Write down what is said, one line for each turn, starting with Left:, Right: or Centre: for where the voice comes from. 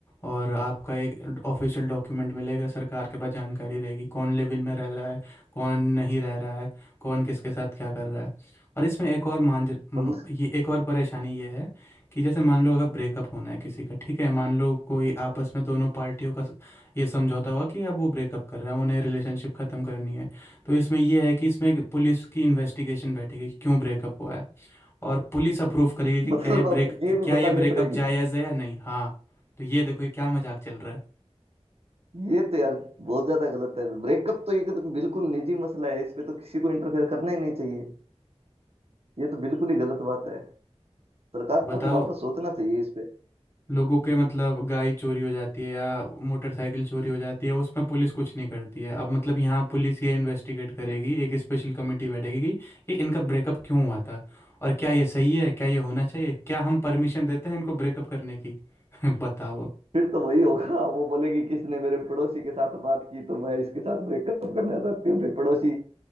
Left: और आपका एक ऑफिशियल डॉक्यूमेंट मिलेगा सरकार के पास जानकारी रहेगी कौन लिव इन में रह रहा है कौन नहीं रह रहा है कौन किसके साथ क्या कर रहा है और इसमें एक और मान म-
Right: मतलब
Left: ये एक और परेशानी ये है कि जैसे मान लो अगर ब्रेकअप होना है किसी का ठीक है मान लो कोई आपस में दोनों पार्टियों का स- ये समझौता हुआ कि अब वो ब्रेकअप कर रहे हैं उन्हें रिलेशनशिप ख़त्म करनी है तो इसमें यह है कि इसमें एक पुलिस की इन्वेस्टिगेशन बैठेगी कि क्यों ब्रेकअप हुआ है और पुलिस अप्रूव करेगी कि क्या
Right: मतलब
Left: ये ब्रेक
Right: अब ये भी
Left: क्या ये
Right: बताने
Left: ब्रेकअप
Right: पड़ेंगे
Left: जायज़ है या नहीं हाँ तो ये देखो ये क्या मजाक चल रहा है
Right: ये तो यार बहुत ज्यादा गलत है ब्रेकअप तो ये कि तो बिल्कुल निजी मसला है इस पे तो किसी को इंटरफेयर करना ही नहीं चाहिए ये तो बिल्कुल ही गलत बात है सरकार
Left: बताओ
Right: को वापस सोचना चाहिए इस पे
Left: लोगों के मतलब गाय चोरी हो जाती है या मोटरसाइकिल चोरी हो जाती है उसमें पुलिस कुछ नहीं करती है अब मतलब यहाँ पुलिस ये इन्वेस्टिगेट करेगी एक स्पेशल कमेटी बैठेगी कि कि इनका ब्रेकअप क्यों हुआ था और क्या ये सही है क्या ये होना चाहिए क्या हम परमिशन देते हैं इनको ब्रेकअप करने की <laughs> बताओ अब।
Right: फिर तो वही होगा वो बोलेगी किसने मेरे पड़ोसी के साथ बात की तो मैं इसके साथ ब्रेकअप करना चाहती हूँ फिर पड़ोसी